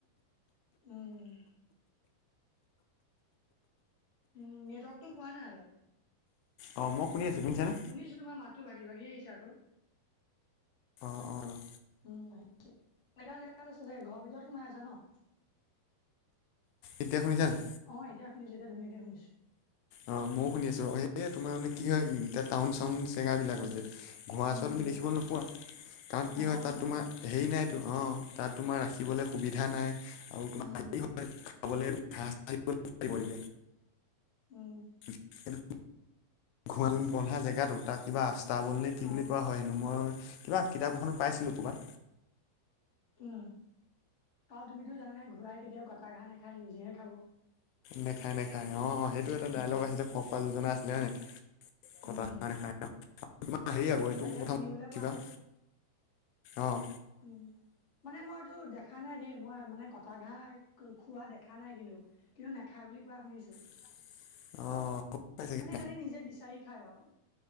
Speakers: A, on the left (about 30°); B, on the left (about 85°).
A: উম। উম নেটৱৰ্কটো পোৱা নাই অলপ।
B: অ মই শুনি আছো, শুনিছানে?
A: শুনিছোঁ, তোমাৰ মাতটো ভাগি ভাগি আহিছে আকৌ।
B: অ অ ৰবা।
A: উম আহিছে। <unintelligible> জেগাত আছা চাগে, ঘৰ ভিতৰত সোমাই আছা ন?
B: এতিয়া শুনিছা নাই?
A: অ এতিয়া শুনিছোঁ এতিয়া ধুনীয়াকে শুনিছোঁ।
B: অ মইও শুনি আছো, এ তোমাৰ মানে কি হয় এতিয়া টাউন - চাউন চেগাবিলাকত যে ঘোঁৰোৱা ওচৰত
A: উম,
B: তুমি দেখিব নোপোৱা কাৰণ কি
A: নাপাওঁ
B: হয়
A: নাপাওঁ
B: তাত তোমাৰ হেৰি নাইতো, অঁ তাত তোমাৰ ৰাখিবলৈ সুবিধা নাই। <unintelligible>
A: উম,
B: খাবলৈ <unintelligible>
A: উমঁ'।
B: সেইটো- <unintelligible> জেগাতো তাত কিবা আস্তা বল নে কি
A: অ
B: বুলি কোৱা হয় হেনো, মই- কিবা কিতাপ এখনত পাইছিলোঁ ক'ৰবাত।
A: উমঁ' আৰু তুমিতো জানাই ঘূৰাই কেতিয়াও কটা ঘাঁহ নেখায় নিজেহে খাব।
B: নেখায় নেখায় অঁ' সেইটো এটা ডাইলগ
A: উম
B: আছিলে ফকৰা যোজনা আছিলে হয় নাই। কটা
A: উম
B: ঘাঁহ নাখায় <unintelligible> হেৰি আকৌ সেইটো
A: তাকে
B: <unintelligible>
A: শুনিবলৈ
B: কিবা-
A: পোৱা
B: অঁ।
A: উমঁ। মানে মই এইটো দেখা নাই দেই মই মানে কটা ঘাঁহ খোৱা দেখা নাই কিন্তু। কিন্তু নেখায় বুলি কোৱা শুনিছোঁ।
B: <unintelligible> পাইছেগে
A: মানে সিহঁতে নিজে বিচাৰি খায় আৰু।